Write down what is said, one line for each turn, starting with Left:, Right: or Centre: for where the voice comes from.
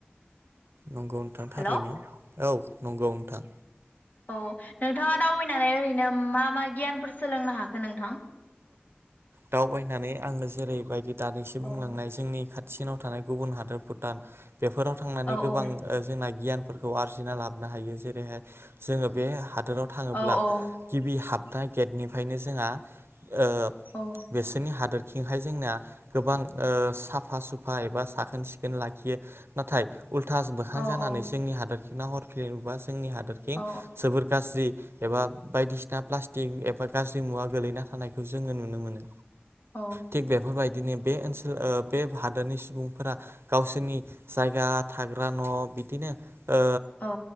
Right: नंगौ नोंथां थारैनो
Left: हेलौ
Right: औ नंगौ नोंथां।
Left: औ नोंथाङा दावबायनानै ओरैनो मा मा गियानफोर सोलोंनो हाखो नोंथां
Right: दाव बायनानै आङो जेरैबायदि दानैसो बुंलांनाय
Left: औ
Right: जोंनि खाथियावाव थानाय गुबुन हादर भुटान बेफोराव थांनानै
Left: औ
Right: गोबां
Left: औ
Right: ओ जोंनाय गियानफोरखौ आरजिना लाबोनो हायो जेरैहाय। जोङो बे हादोराव थाङोब्ला
Left: औ
Right: गिबि हाबनाय गेटनिफ्रायनो जोंहा ओ
Left: औ
Right: बिसोरनि हादोर। थिंहाय जोंना गोबां ओ साफा सुफा एबा साखोन सिखोन लाखियो नाथाय। उल्थास बोखां
Left: औ
Right: जानानै
Left: औ
Right: जोंनि हादोर खिं नाहरफिनोबास जोंनि हादोरखिं
Left: औ
Right: जोबोर गाज्रि एबा बायदिसिना प्लास्टिक एबा गाज्रि मुवा गोलैना थानायखौ जोङो नुनो मोनो।
Left: औ
Right: थिग बेफोरबायदि दिनै बे ओनसोल ओ बे हादोरनि सुबुंफोरा गावसोरनि जायगा थाग्रा न बिदिनो ओ
Left: औ